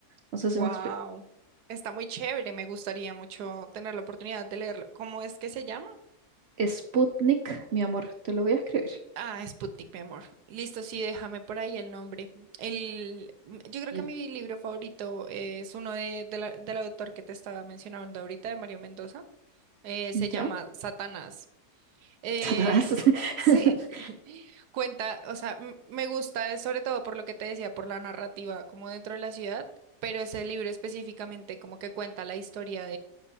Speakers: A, on the right; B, on the right.
A: No
B: Wow.
A: sé si me explico.
B: Está muy chévere. Me gustaría mucho tener la oportunidad de leerlo. ¿Cómo es que se llama?
A: Sputnik, mi amor, te lo voy a escribir.
B: Ah, Sputnik, mi amor. Listo, sí, déjame por ahí el nombre. El, m- yo creo
A: Y
B: que
A: él,
B: mi libro favorito es uno de, de la- del autor que te estaba mencionando ahorita, de Mario Mendoza. Eh, se
A: ¿ya?
B: llama Satanás. Eh,
A: Satanás. <laughs>
B: sí, <laughs> cuenta, o sea, m- me gusta, eh, sobre todo por lo que te decía, por la narrativa como dentro de la ciudad, pero ese libro específicamente como que cuenta la historia